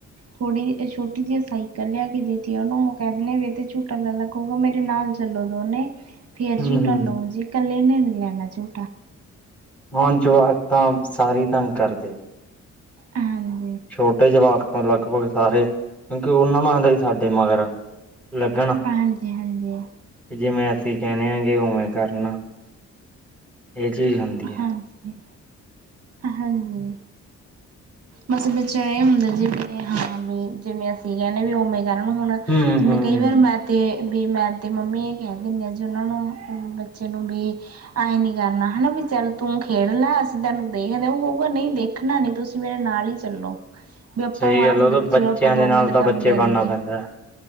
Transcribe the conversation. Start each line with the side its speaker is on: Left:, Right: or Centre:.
Right: ਥੋੜੀ ਛੋਟੀ ਜਿਹੀ ਸਾਈਕਲ ਲਿਆ ਕੇ ਦੇਤੀ ਉਹਨੂੰ ਕਹਿ ਦਿੰਦੇ ਵ ਤੇ ਝੋਟਾ ਲੈ ਲਾ ਕੂਗਾ ਮੇਰੇ ਨਾਲ ਚਲੋ ਦੋਨੇ ਫੇਰ
Centre: ਹੂੰ
Right: ਝੂਟਾ
Centre: ਹੂੰ
Right: ਲਊ ਜੀ ਕੱਲੇ ਨੇ ਨੀ ਲੈਣਾ ਝੂਟਾ
Centre: ਹੁਣ ਜਵਾਕ ਤਾਂ ਸਾਰੀ ਤੰਗ ਕਰਦੇ ।
Right: ਹਾਂਜੀ।
Centre: ਛੋਟੇ ਜਵਾਕ ਤੋਂ ਲਗਭਗ ਸਾਰੇ ਕਿਉਂਕਿ ਉਹਨਾਂ ਨੂੰ ਸੀ ਸਾਡੇ ਮਗਰ ਲੱਗਣ
Right: ਹਾਂਜੀ ਹਾਂਜੀ
Centre: ਜਿਵੇਂ। ਅਸੀਂ ਕਹਿਣੇ ਆਗੇ ਉਵੇਂ ਕਰਨਾ ਇਹ ਚੀਜ਼ ਹੁੰਦੀ ਹੈ।
Right: ਹਾਂਜੀ ਹਾਂਜੀ। ਬਸ ਵਿਚਾਰੇ ਇਹ ਹੁੰਦਾ ਜੀ ਵੀ ਹਾਂ ਵੀ ਜਿਵੇਂ ਅਸੀਂ ਕਹਿੰਦੇ ਵੀ ਉਵੇੇ ਜਾਣ ਨੂੰ ਹੁਣ
Centre: ਹੂੰ
Right: ਜਿਵੇਂ
Centre: ਹੂੰ
Right: ਕਈ ਵਾਰ ਮੈਂ ਤੇ। ਵੀ ਮੈਂ ਤੇ ਮੰਮੀ ਇਹ ਕਹਿ ਦੇ ਆਾਂ ਜੀ ਉਹਨਾਂ ਨੂੰ ਬੱਚੇ ਨੂੰ ਵੀ ਆਏ ਨੀ ਕਰ। ਨਾ ਹਨਾ ਵੀ ਚੱਲ ਤੂੰ ਖੇਡ ਲੈ ਅਸੀਂ ਤੈਨੂੰ ਦੇਖ ਦਊ ਕਊਗਾ ਨਹੀਂ ਦੇਖਣਾ ਨੀ ਤੁਸੀਂ ਮੇਰੇ ਨਾਲ ਹੀ ਚੱਲੋ। ਵੀ ਆਪਾਂ
Centre: ਸਹੀ
Right: ਨੂੰ ਆਇ
Centre: ਗੱਲ
Right: ਹੁੰਦਾ
Centre: ਉਹ ਤਾਂ
Right: ਵੀ ਚਲੋ
Centre: ਬੱਚਿਆਂ
Right: ਆਪਾਂ ਦੋ
Centre: ਦੇ ਨਾਲ
Right: ਮਿੰਟ
Centre: ਤਾਂ
Right: ਦਮ
Centre: ਬੱਚੇ
Right: ਲੈ
Centre: ਬਣਨਾ
Right: ਲਈਏ।
Centre: ਪੈਂਦਾ